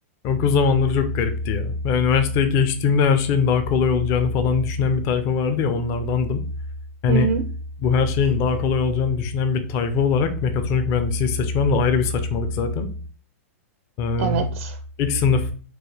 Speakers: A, on the left (about 35°); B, on the right (about 65°).
A: Okul zamanları çok garipti ya. Ben üniversiteye geçtiğimde her şeyin daha kolay olacağını falan düşünen bir tayfa vardı ya onlardandım. Yani
B: Hı hı.
A: bu her şeyin daha kolay olacağını düşünen bir tayfa olarak mekatronik mühendisliği seçmem de ayrı bir saçmalık zaten. Ee,
B: Evet.
A: ilk sınıf,